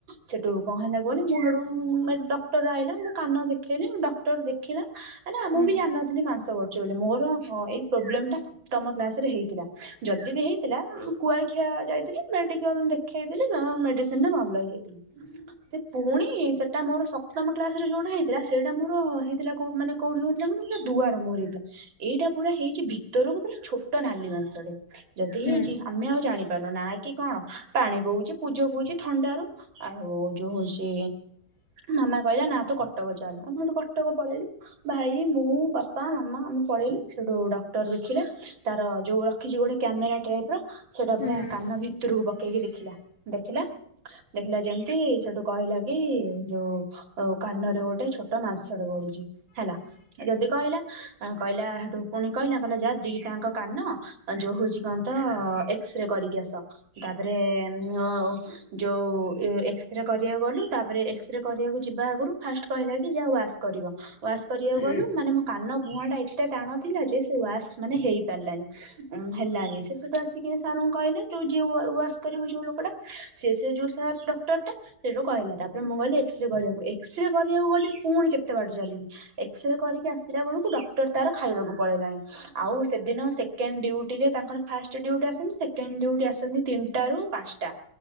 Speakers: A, on the right (about 65°); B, on the left (about 60°).
A: ସେ ହେଠୁ କଣ ହେଲା କୁହନି ମୁଁ ସେଠୁ ସେ ଡକ୍ଟର ଆଇଲା ମୁଁ କାନ ଦେଖେଇଲିି ଡକ୍ଟର ଦେଖିଲା <inaudible> <inaudible> ମୁଁ
B: ହୁଁ।
A: ବି ଜାଣିନଥିଲି ମାଂସ ବଢ଼ୁଛି ବୋଲି, ମୋର ମୋ ଏଇ ପ୍ରୋବ୍ଲେମଟା ସପ୍ତମ କ୍ଲାସ୍ ରେ ହେଇଥିଲା ଯଦିବି ହେଇଥିଲା ଉଁ-ଉଁ କୁଆଖିଆ ଯାଇଥିଲି ମେଡିକାଲ୍ ଦେଖେଇଦେଲି <inaudible> ମେଡିସିନରେ ଭଲ ହେଇଯାଇଥିଲି। ହୁଁ ସେ ପୁଣି ସେଟା ମୋର ସପ୍ତମ କ୍ଲାସରେ ଯୋଉଟା ହେଇଥିଲା ସେଇଟା ମୋର ହେଇଥିଲା କୋଉ ମାନେ କୋଉଠି <inaudible> ହେଇଥିଲା କହନି ପୁରା ଦୁଆର ମୁହଁରେ ହେଇଥିଲା, ଏଇଟା ପୁରା ହେଇଛି ଭିତରକୁ ପୁରା ଛୋଟ ନାଲି ମାଂସଟେ। ଯଦି
B: ହୁଁ ହୁଁ
A: ହେଇଛି ଆମେ ଆଉ ଜାଣିପାରୁନୁ, ନା କି କଣ ପାଣି ବୋଉଛି ପୂଜ ବୋଉଛି ଥଣ୍ଡାରୁ। ଆଉ ଯୋଉ ସେ ମାମା କହିଲା ନା ତୁ କଟକ ଚାଲେ ଆମେ ଶେଟୁ କଟକ ପଳେଇଲୁ ଭାଇ ମୁଁ ବାପା ମାମା ଆମେ। ପଳେଇଲୁ ସେଉଟୁ ଡକ୍ଟର ଦେଖିଲା ତାର ଯୋଉ ରଖିଛି ଗୋଟେ କ୍ୟାମେରା ଟାଇପ ର ସେଟା
B: ହୁଁ
A: ପୁରା କାନ। କାନ ଭିତରକୁ ପକେଇକି ଦେଖିଲା ଦେଖିଲା। ଦେଖିଲା ଯେମିତି ସେଠୁ କହିଲା କି ଯୋଉ କାନରେ ଗୋଟେ ଛୋଟ ମାଂସ ଟେ ବଢୁଛି। ହେଲା ଯଦି କହିଲା କହିଲା ସେଠୁ ପୁଣି କହିଲା କହିଲା ଯାହା ଦିଟାଆଙ୍କ କାନ। ଯୋଉ ହଉଛି କଣ ତ ଏକ୍ସରେ କରିକି ଆସ ତାପରେ ଓ ଯୋଉ। ଏ ଏକ୍ସରେ କରିବାକୁ ଗଲୁ ତାପରେ ଏକ୍ସରେ କରିବାକୁ ଯିବା ଆଗରୁ ଫାଷ୍ଟ କହିଲା କି ଯା‌ ୱାସ କରିବ। ୱାସ୍ କରିଆକୁ
B: ହୁଁ
A: ଗଲୁ ମାନେ ମୋ କାନ। ମୁଁହା ଟା ଏତେ ଟାଣ ଥିଲା ଯେ ସେ ୱାସ ମାନେ ହେଇ ପାରିଲାନି ହେଲାନି
B: ହୁଁ
A: ସେ ସେଠୁ ଆସିକି ସେମାନ ଙ୍କୁ କହିଲେ ଯୋଉ ଯିଏ ୱାସ କରିବ ଯୋଉ ଲୋକଟା ସେ ସେ ଯୋଉ ସାର୍। ଡକ୍ଟରଟା ସେଇଠୁ କହିଲା ତାପରେ ମୁଁ ଗଲି ଏକ୍ସରେ କରିବାକୁ ଏକ୍ସରେ କରିବାକୁ ଗଲି ପୁଣି କେତେ ବାଟ ଚାଲିକି। ଏକ୍ସରେ କରିକି ଆସିଲା ବେଳକୁ ଡକ୍ଟର ତାର ଖାଇବାକୁ ପଳେଇଲାଣି ଆଉ ସେଦିନ ସେକେଣ୍ଡ ଡ୍ୟୁଟି। ରେ ତାଙ୍କର ଫାଷ୍ଟ ଡିଉଟି ଆସନ୍ତି ସେକଣ୍ଡ ଡିଉଟି ଆସନ୍ତି ତିନିଟା ରୁ ପାଂଶଟା